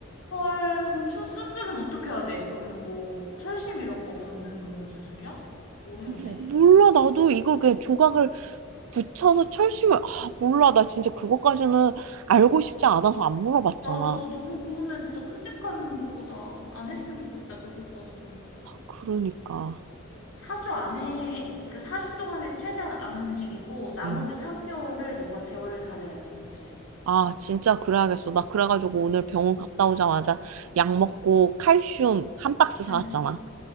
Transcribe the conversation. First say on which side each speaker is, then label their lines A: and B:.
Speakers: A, on the left; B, on the right.
A: 헐, 그럼 추- 수술은 어떻게 해야 돼? 그럼 뭐, 철심 이런 거 박는 그런 수술이야? 뭘 해야
B: 뭐-
A: 돼?
B: 몰라, 나도 이걸 그냥 조각을 붙여서 철심을, 아, 몰라. 나 진짜 그것까지는 알고 싶지 않아서 안 물어봤잖아.
A: 나도 너무 그거는 진짜 끔찍한 그거다. 안 했으면 좋겠다, 그렇게까지는.
B: 그러니까.
A: 4주 안에, 그러니까 4주 동안에 최대한 안 움직이고, 나머지
B: 음.
A: 3개월을 너가 제어를 잘해야지, 그치?
B: 아, 진짜 그래야겠어. 나 그래가지고 오늘 병원 갔다 오자마자 약 먹고 칼슘 한 박스 사왔잖아.
A: 응.